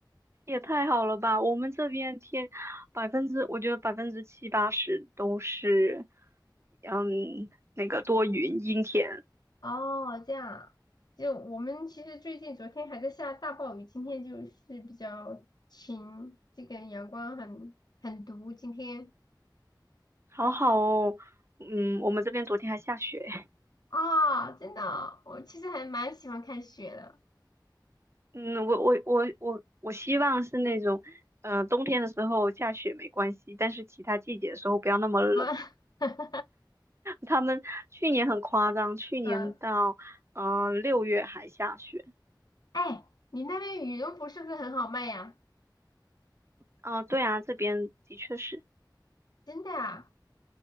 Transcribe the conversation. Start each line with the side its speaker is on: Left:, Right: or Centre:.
Right: 也太好了吧！我们这边天百分之，我觉得百分之七八十都是，嗯，那个多云阴天，
Left: <laughs> 哦，这样啊就我们其实最近昨天还在下大暴雨，今天就是比较晴，这个阳光很很毒，今天。
Right: 好好哦。嗯，我们这边昨天还下雪。
Left: 啊，真的哦我其实还蛮喜欢看雪的。
Right: 嗯，我我我我我希望是那种，呃，冬天的时候下雪没关系，但是其他季节的时候不要那么冷。
Left: 不，<laughs>
Right: 他们去年很夸张，去年到呃六月还下雪。
Left: 嗯，哎，你那边羽绒服是不是很好卖呀？
Right: 啊，对啊，这边的确是，
Left: 真的啊？